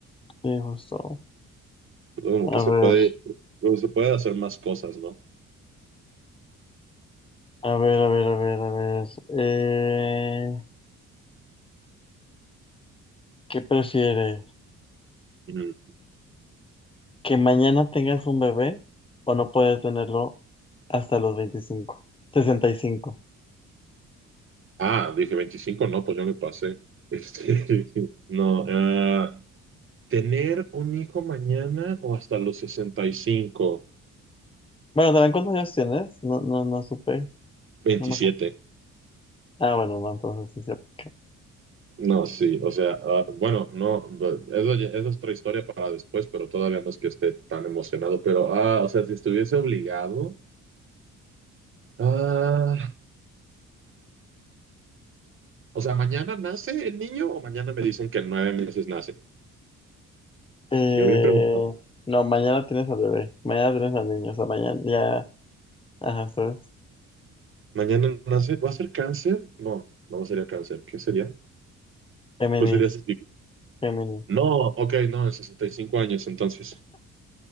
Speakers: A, on the left; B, on the right.
A: Sí, justo.
B: como
A: A
B: que se
A: ver.
B: puede, como se puede hacer más cosas, ¿no?
A: A ver, a ver, a ver, a ver. Eh, ¿qué prefieres?
B: Mm.
A: ¿Que mañana tengas un bebé o no puedes tenerlo hasta los veinticinco, sesenta y cinco.
B: Ah, dije 25, no, pues yo me pasé. Este, <laughs> no, ah, tener un hijo mañana o hasta los sesenta y cinco,
A: Bueno, ¿saben cuántos años tienes? No, no, no supe.
B: veintisiete.
A: No me acu- Ah, bueno, no, entonces sí se aplica.
B: No, sí, o sea, ah, bueno, no, bu- eso, ya- eso es otra historia para después, pero todavía no es que esté tan emocionado, pero, ah, o sea, si estuviese obligado, ah, o sea, ¿mañana nace el niño o mañana me dicen que en nueve meses nace?
A: Eh,
B: Yo bien pregunto,
A: no, mañana tienes al bebé. Mañana tienes al niño. O sea, mañana ya. Ajá, ¿sabes?
B: ¿mañana nace? ¿Va a ser cáncer? No, no sería cáncer, ¿qué sería?
A: Géminis.
B: Pues sería así.
A: Géminis.
B: No, ok, no, 65 años, entonces.